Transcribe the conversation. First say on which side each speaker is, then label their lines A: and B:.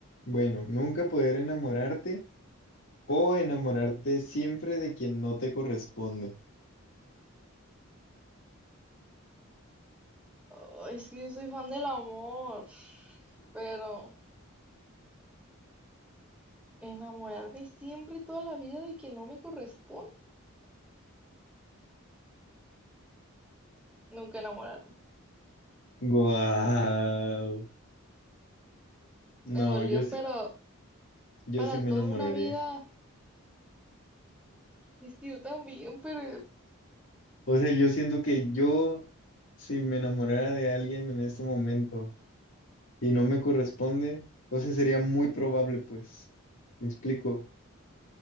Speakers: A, on the left; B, in the centre.
A: Bueno, ¿nunca poder enamorarte o enamorarte siempre de quien no te corresponde?
B: Oh, es que yo soy fan del amor, pero enamorarme siempre y toda la vida de quien no me corresponde, nunca enamorarme.
A: Guau. No,
B: Me dolió,
A: yo sí,
B: pero
A: yo
B: para
A: sí me
B: toda
A: enamoraría.
B: una vida, es que yo también, pero es
A: O sea, yo siento que yo, si me enamorara de alguien en este momento, y no me corresponde, o sea, sería muy probable, pues, me explico,